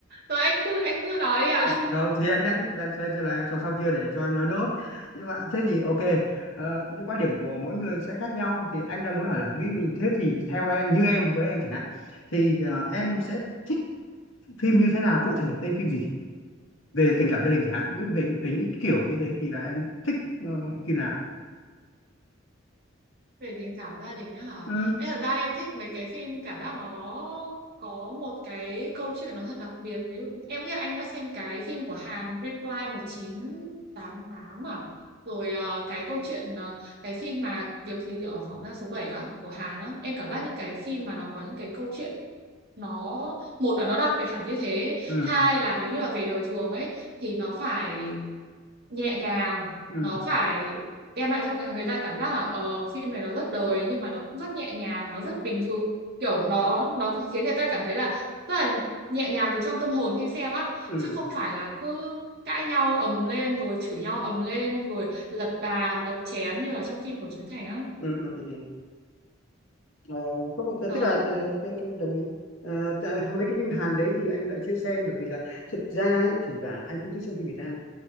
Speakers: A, on the right; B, on the left.
A: rồi anh cứ anh cứ nói đi ạ
B: không thì anh đang đang xem xem là em xong xong chưa để cho em nói nốt nhưng mà thế thì ok ờ, cái quan điểm của mỗi người sẽ khác nhau thì anh đang muốn hỏi là ví dụ như thế thì theo em như em với em chẳng hạn thì ờ, em sẽ thích phim như thế nào cụ thể là tên phim gì về tình cảm gia đình chẳng hạn ví dụ về về những kiểu như thế thì là em thích ờ, phim nào
A: về tình cảm gia đình á hả
B: ừ
A: em thật ra em thích mấy cái phim cảm giác nó có một cái câu chuyện nó thật đặc biệt ví dụ em nghĩ là anh đã xem cái phim của Hàn Reply một chín tám tám à rồi ờ, cái câu chuyện ờ, cái phim mà Điều kỳ diệu ở phòng giam số bảy á của Hàn á em cảm giác những cái phim mà nó có những cái câu chuyện nó một là nó đặc biệt hẳn như thế
B: ừ
A: hai là nếu như là về đời thường ấy thì nó phải nhẹ nhàng
B: ừ
A: nó phải đem lại cho cả người ta cảm giác là ờ, phim này nó rất đời nhưng mà nó cũng rất nhẹ nhàng nó rất bình thường kiểu nó nó khiến người ta cảm thấy là rất là nhẹ nhàng từ trong tâm hồn khi xem á
B: ừ
A: chứ không phải là cứ cãi nhau ầm lên rồi chửi nhau ầm lên rồi lật bàn đập chén như là trong phim của Trấn Thành á
B: ừ ừ ừ ừ. ờ, không
A: đó
B: tức là ờ, ok tôi đồng ý Ờ, tại- mấy cái phim Hàn đấy thì anh lại chưa xem bởi vì là thực ra ấy, thì là anh không thích xem phim Việt Nam